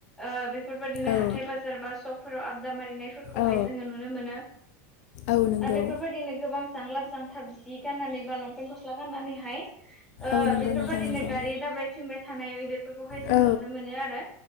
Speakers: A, in the centre; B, on the left (about 55°).
A: ओ बेफोरबायदिनो
B: औ
A: हाथाय बाजार बा सकफोराव आबदा मारिनायफोरखौहाय
B: औ
A: जोङो नुनो मोनो।
B: औ नंगौ
A: आरो बेफोरबायदिनो गोबां सांलाब मोजां थाब जि गाननानै बा लंपेंन्ट गस्ला गाननानैहाय ओ
B: औ नंगौ
A: बेफोरबायदिनो
B: नोंथां नंगौ
A: गारि दाब्राय थिंबाय थानाय बेफोरखौहाय जोंङो
B: औ
A: मोनो आरो